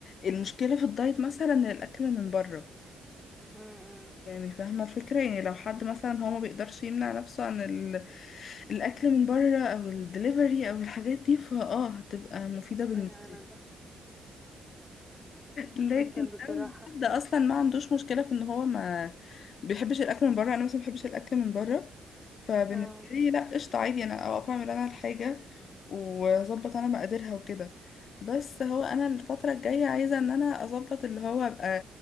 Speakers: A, on the left (about 55°); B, in the centre.
A: المشكلة في الدايت مثلا الأكل من بره
B: أمم.
A: يعني فاهمة الفكرة يعني لو حد مثلا هو ما بيقدرش يمنع نفسه عن ال... الأكل من بره أو الدليفري أو الحاجات دي فاه هتبقى مفيدة بالنسبة
B: انا انا ده
A: لكن
B: جدا بصراحة
A: اول حد اصلا ما عندوش مشكله في ان هو ما بيحبش الاكل من بره انا مثلا ما بحبش الاكل من بره فبالنسبه
B: اه
A: لي لا قشطه عادي انا اقف اعمل انا الحاجه واظبط انا مقاديرها وكده بس هو انا الفتره الجايه عايزه ان انا اظبط اللي هو ابقى